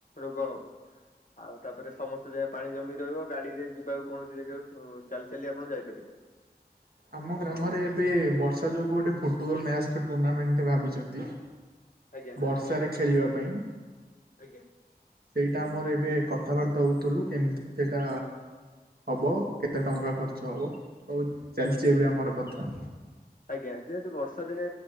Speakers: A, on the left; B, on the right.
A: ରୋଗ ହବ। ଆଉ ତାପରେ ସମସ୍ତେ ଜା ପାଣି ଜମି ରହିବ ଗାଡିରେ ଯିବାକୁ କୌଣସି ଜାଗାକୁ ଉ ଚାଲି ଚାଲି ଆପଣ ଯାଇପାରିବେନି।
B: ଆମ
A: ଆଉ
B: ଗ୍ରାମରେ ଏବେ ବର୍ଷା ଯୋଗୁ ଗୋଟେ ଫୁଟବଲ୍ ମ୍ୟାଚ ଟୁର୍ଣ୍ଣାମେଣ୍ଟ ଭାବିଚନ୍ତି।
A: ଆଜ୍ଞା।
B: ବର୍ଷାରେ ଖେଳିବା ପାଇଁ।
A: ଆଜ୍ଞା।
B: ସେଇଟା ଆମର ଏବେ କଥାବାର୍ତ୍ତା ହଉଥିଲୁ କେମିତି ସେଇଟା।
A: ହୁଁ।
B: ହବ କେତେ ଟଙ୍କା ଖର୍ଚ୍ଚ ହବ ସବୁ ଚାଲିଚି ଏବେ ଆମର କଥା।
A: ଆଜ୍ଞା ଯେହେତୁ ବର୍ଷା ଦିନେ